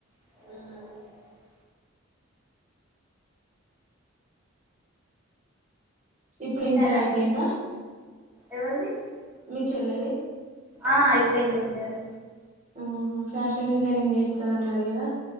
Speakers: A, in the centre; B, on the right (about 35°).
A: మ్
B: ఇప్పుడు
A: తిన్నారా
B: ఇంటర్ అయిపోయిందా
A: ఎవరిది
B: మీ చెల్లెది.
A: ఆ అయిపోయింది ఇంటర్.
B: ఆహా! ఫ్యాషన్ డిజైనింగ్ చేస్తాను అన్నది కదా?